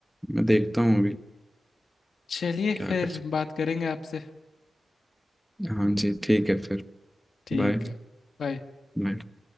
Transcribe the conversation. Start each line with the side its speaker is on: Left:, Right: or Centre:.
Centre: मैं देखता हूँ अभी
Left: चलिए
Centre: क्या
Left: फिर
Centre: कर सकता
Left: बात करेंगे आपसे
Centre: हूँ हाँ जी ठीक है फिर
Left: ठीक
Centre: बाय
Left: है बाय
Centre: बाय